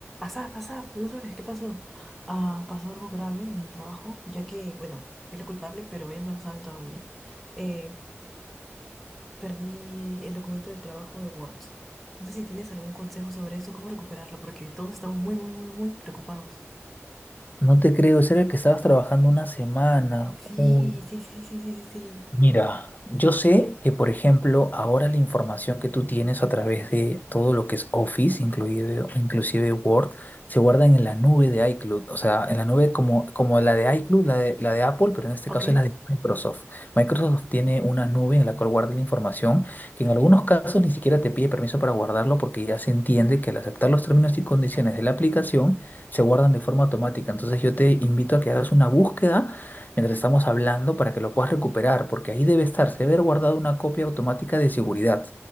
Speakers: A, in the centre; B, on the left (about 35°).
A: Asaf, Asaf, no sabes qué pasó. Ah, pasó algo grave en el trabajo, ya que, bueno, fui la culpable, pero ellos no lo saben todavía. Eh, perdí el documento del trabajo de Word. No sé si tienes algún consejo sobre esto, cómo recuperarlo, porque todos estamos muy, muy, muy, muy preocupados.
B: No te creo, Ese era el que estabas trabajando una semana.
A: Sí,
B: Uy,
A: sí, sí, sí, sí, sí, sí.
B: Mira, yo sé que, por ejemplo, ahora la información que tú tienes a través de todo lo que es Office, inclusive, inclusive Word, se guarda en la nube de iCloud. O sea, en la nube como, como la de iCloud, la de, la de Apple, pero en este
A: Ok,
B: caso es la de Microsoft. Microsoft tiene una nube en la cual guarda la información, que en algunos casos ni siquiera te pide permiso para guardarlo porque ya se entiende que al aceptar los términos y condiciones de la aplicación, se guardan de forma automática. Entonces yo te invito a que hagas una búsqueda mientras estamos hablando para que lo puedas recuperar, porque ahí debe estar, se debe haber guardado una copia automática de seguridad.